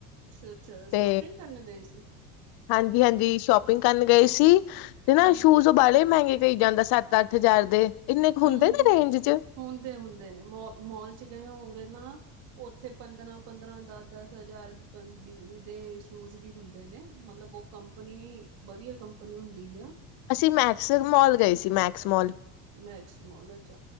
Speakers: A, on the right; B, on the left.
A: ਅੱਛਾ-ਅੱਛਾ ਸ਼ਾਪਿੰਗ
B: ਤੇ
A: ਕਰਨ ਗਏ ਸੀ?
B: ਹਾਂਜੀ-ਹਾਂਜੀ, ਸ਼ੋਪਿੰਗ ਕਰਨ ਗਏ ਸੀ, ਤੇ ਨਾ
A: ਹਮ
B: ਸ਼ੂਜ਼ ਓ ਬਾਹਲ਼ੇ ਮਹਿੰਗੇ ਕਹੀ ਜਾਂਦਾ ਸੱਤ-ਅੱਠ ਹਜ਼ਾਰ ਦੇ, ਇੰਨੇ ਕੁ
A: ਹੂੰ-ਹੂੰ
B: ਹੁੰਦੇ ਵੀ ਨੇ ਰੇਂਜ 'ਚ।
A: ਹੁੰਦੇ-ਹੁੰਦੇ ਨੇ, ਮੋਲ-ਮੋਲ 'ਚ ਗਏ ਹੋਵੋਗੇ ਨਾ? ਉੱਥੇ ਪੰਦਰਾਂ-ਪੰਦਰਾ, ਦਸ-ਦਸ ਹਜ਼ਾਰ, ਪ ਵੀਹ ਦੇ ਸ਼ੂਜ਼ ਵੀ ਹੁੰਦੇ ਨੇ, ਮਤਲਬ ਓ ਕੰਪਨੀ, ਵਧੀਆ ਕੰਪਨੀ ਹੁੰਦੀ ਆ।
B: ਅਸੀਂ ਮੈਕਸਸ ਮੋਲ ਗਏ ਸੀ, ਮੈਕਸ ਮੋਲ
A: ਮੈਕਸ ਮਾਲ 'ਚ,